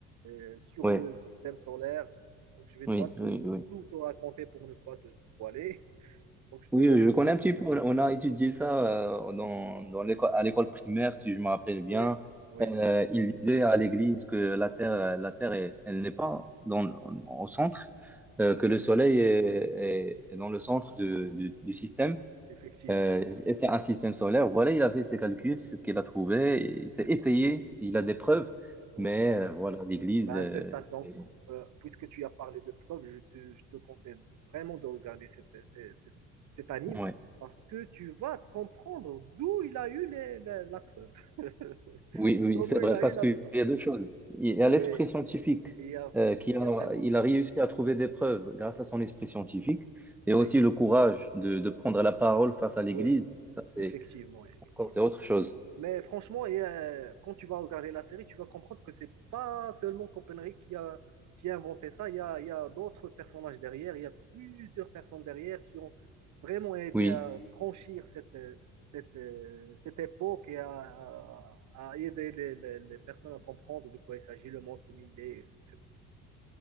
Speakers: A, on the right; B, in the centre.
A: euh, sur
B: Ouais,
A: le système solaire. Donc, je ne vais
B: oui,
A: pas te,
B: oui, oui.
A: tout te raconter pour ne pas te spoiler. Donc, je
B: Oui,
A: te laisse.
B: oui, je connais
A: euh,
B: un petit peu. On on a étudié ça euh, dans, dans l'école, à l'école primaire, si je me rappelle bien.
A: oui, oui,
B: Euh, il disait à l'église que la Terre, euh, la Terre est- elle n'est pas dans, au centre, euh,
A: oui,
B: que le Soleil est, est- est dans le centre de- du du système
A: effectivement.
B: Euh,
A: effectivement,
B: et c'est un système solaire. Voilà, il a fait ses calculs, c'est ce qu'il a trouvé. et Il s'est
A: C'est ça.
B: étayé, il a des preuves.
A: Oui.
B: Mais euh, voilà, l'Église,
A: Ben,
B: euh,
A: c'est ça.
B: c'est...
A: Donc, euh, puisque tu as parlé de preuves, je te, je te conseille vraiment de regarder cette, cette- cette- cet anime
B: ouais.
A: parce que tu vas comprendre d'où il a eu les- la, la preuve. <laughs>
B: Oui, oui,
A: Comment
B: c'est
A: il
B: vrai,
A: a
B: parce
A: eu la
B: qu'il
A: preuve.
B: y a deux choses. Il y a
A: Oui.
B: l'esprit scientifique,
A: Il y a,
B: euh, qui
A: il
B: a-
A: y a vraiment.
B: il a réussi à trouver des preuves grâce à son esprit scientifique, et
A: Oui,
B: aussi le courage de, de prendre la parole face à l'Église.
A: oui,
B: Ça, c'est
A: effectivement, effectivement.
B: encore, c'est autre chose.
A: Mais franchement, et, euh, quand tu vas regarder la série, tu vas comprendre que c'est pas seulement Copenhague qui a, qui a inventé ça. Il y a, il y a d'autres personnages derrière. Il y a plusieurs personnes derrière qui ont vraiment aidé
B: Oui,
A: à franchir cette, euh, cette, euh, cette époque et à, à aider les, les- les personnes à comprendre de quoi il s'agit, le monde comme il est, etc.